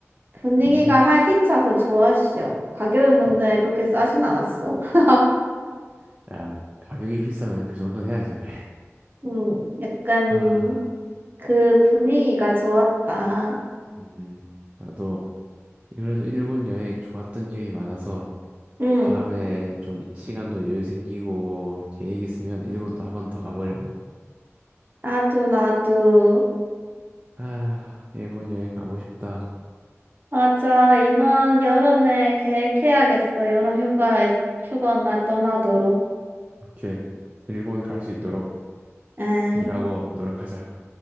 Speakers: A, on the right; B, on the right.
A: 분위기가
B: 완전
A: 활기차서 좋았어. 가격은 근데
B: 어,
A: 그렇게 싸진 않았어. <laughs>
B: 야 가격이 비싸면 그 정도는 해야지 그래.
A: 음, 약간
B: 아,
A: 그 분위기가 좋았다.
B: 음, 나도 그래도 일본 여행 좋았던 기억이 많아서
A: 응
B: 다음에 좀 시간도 여유 생기고 계획 있으면 일본도 한 번 더 가보려고.
A: 나도, 나도.
B: 아, 일본 여행 가고 싶다.
A: 맞아, 이번 여름에 계획해야겠어. 여름 휴가에, 휴가 날 떠나도록.
B: 오케이, 일본 갈 수 있도록
A: 응,
B: 일하고 노력하자.